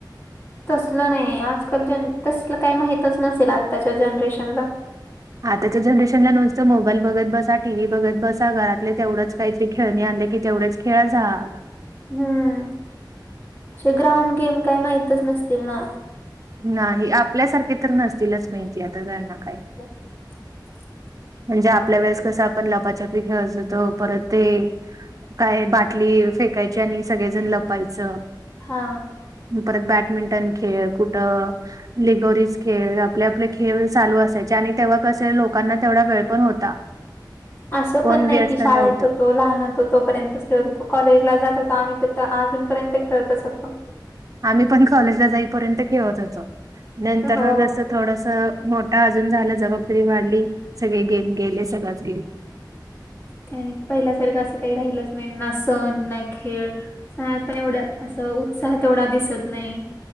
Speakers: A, on the left; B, on the right.
A: तसलं नाही आजकाल जन तसलं काही माहीतच नसेल आत्ताच्या जनरेशनला.
B: आताच्या जनरेशनला नुसतं मोबाईल बघत बसा. टी व्ही बघत बसा, घरातले तेवढंच काहीतरी खेळणी आणले की तेवढेच खेळा झालं.
A: हम्म, असे ग्राउंड गेम काही माहितच नसतील ना
B: नाही आपल्यासारखे तर नसतीलच माहिती आता त्यांना काही.
A: <inaudible>
B: म्हणजे आपल्या वेळेस कसं आपण लपाछपी खेळत होतो परत ते काय बाटली फेकायची आणि सगळेजण लपायचं.
A: हा.
B: परत बॅडमिंटन खेळ कुठं लिगोरीज खेळ आपले आपले खेळ चालू असायचे आणि तेव्हा कसे लोकांना तेवढा वेळ पण होता.
A: असं
B: कोण
A: पण नाही
B: व्यस्त
A: की शाळेत
B: नव्हतं
A: होतो लहान होतो तोपर्यंतच खेळत होतो. कॉलेजला जात होतो आम्ही तर अजूनपर्यंत खेळतच होतो.
B: आम्ही पण कॉलेजला जाईपर्यंत खेळत होतो नंतर
A: हो
B: जसं थोडस मोठा अजून झाला जबाबदारी वाढली सगळे गेम गेले सगळ गेलं.
A: काय पहिल्यासारखं असं काही राहिलंच नाही ना सण ना खेळ <unintelligible> आता एवढा असं उत्साह तेवढा दिसत नाही.